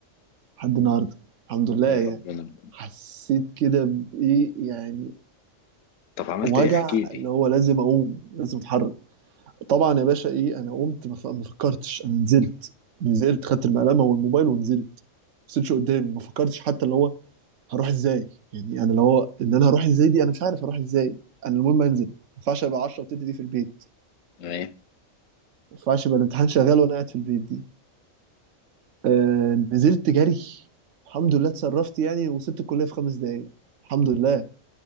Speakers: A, on the right (about 70°); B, on the left (about 75°).
A: لحد النهارده الحمد لله
B: يا
A: يعني
B: ربنا
A: حسيت كده بايه يعني
B: طب عملت
A: وجع
B: ايه احكي لي
A: اللي هو لازم اقوم لازم اتحرك طبعا يا باشا ايه انا قمت ما ف- ما فكرتش انا نزلت نزلت خدت المقلمه والموبايل ونزلت مبصيتش قدامي ما فكرتش حتى اللي هو هروح ازاي يعني انا اللي هو ان انا هروح ازاي دي انا مش عارف هروح ازاي انا المهم انزل ما ينفعش ابقى 10 وتلت دي في البيت
B: تمام
A: ما ينفعش يبقى الامتحان شغال وانا قاعد في البيت دي آه نزلت جري الحمد لله اتصرفت يعني وصلت الكليه في خمس دقايق الحمد لله